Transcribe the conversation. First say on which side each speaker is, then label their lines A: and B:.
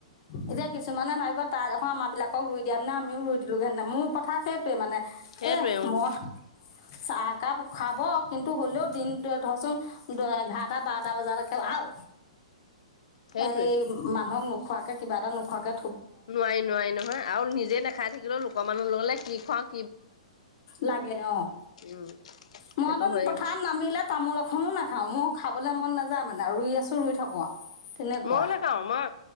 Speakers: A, on the left (about 50°); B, on the left (about 75°).
A: এতিয়া কিছুমানে ভাব তাই দেখন আমাৰ বিলাকক ৰুই দিয়া নাই আমিও ৰুই দিলোহেতেন। মোৰ ক সেইটোৱে মানে
B: সেইটোৱে
A: এ
B: উম,
A: মই চাহ একাপ খোৱাব, কিন্তু হ'লেও দিনটোৱে ধৰচোন এঘাৰটা-বাৰটা বজালৈকে বাও
B: সেইটোৱে।
A: এই মানুহক নোখোৱাকে, কিবা এটা নোখোৱাকে
B: নোৱাৰি নোৱাৰি নহয়। আৰু নিজে নাখাই থাকিলেও লোকৰ মানুহৰ লগলে কি খোৱাওঁ
A: লাগে, অ'।
B: উম,
A: মইতোন
B: সেইটো হয়েই।
A: পথাৰত নামিলে তামোল এখনো নাখাও। মোৰ খাবলৈ মন নাযায় মানে, ৰুই আছো, ৰুই থাকো আৰু। তেনেকুৱা
B: ময়ো নেখাও। মই